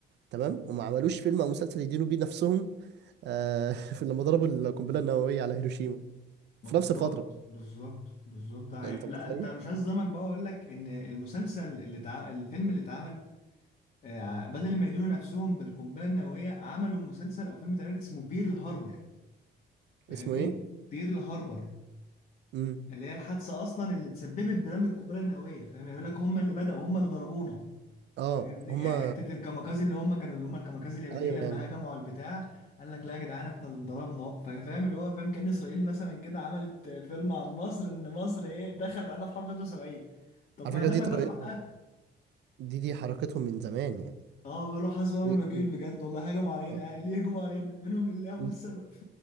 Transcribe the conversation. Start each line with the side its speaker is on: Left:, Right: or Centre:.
Right: تمام وما عملوش فيلم أو مسلسل يدينوا بيه نفسهم آه، <laughs> في لما ضربوا القنبلة النووية على هيروشيما
Left: ما
Right: في
Left: بالظبط
Right: نفس الفترة
Left: بالظبط بالظبط ده حقيقة.
Right: أنت
Left: لا
Right: متخيل
Left: انت مش هظلمك بقى اقول لك ان المسلسل اللي اتع... الفيلم اللي اتعمل آه، بدل ما يدينوا نفسهم بالقنبله النوويه عملوا مسلسل او فيلم تقريبا اسمه بيرل هاربر فاهمني
Right: اسمه إيه؟
Left: بيرل هاربر
Right: مم.
Left: اللي هي الحادثه اصلا اللي تسببت برمي القنبله النوويه فاهم يقول لك هم اللي بداوا هم اللي ضربونا
Right: اه
Left: فاهمني
Right: هما
Left: يعني حته الكاميكازي اللي هم كانوا اللي هم الكاميكازي اليابانيين
Right: ايوه
Left: لما
Right: يعني
Left: هجموا على البتاع قال لك لا يا جدعان احنا اللي انضربنا فاهم اللي هو فاهم كان اسرائيل مثلا كده عملت فيلم عن مصر ان مصر ايه دخلت علينا في حرب 73 طب
Right: على
Left: ما
Right: فكره
Left: هي داخله
Right: دي طريقتهم
Left: تاخد حقها
Right: دي دي حركتهم من زمان يعني
Left: اه بيقولوا حسبي ونعم
Right: و-
Left: الوكيل
Right: و-
Left: بجد والله هجموا علينا
Right: آه.
Left: يعني ليه هجموا علينا منهم لله هم
Right: و-
Left: السبب <laughs>